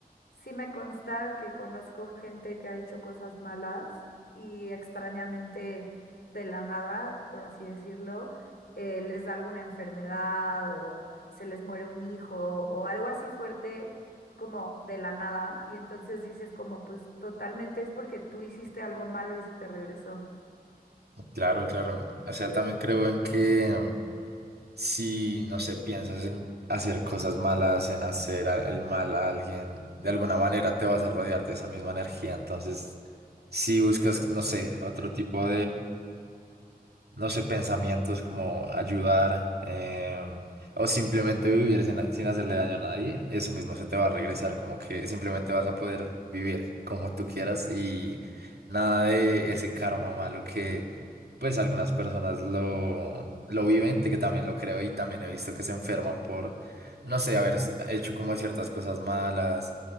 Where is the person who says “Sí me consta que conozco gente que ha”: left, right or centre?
Left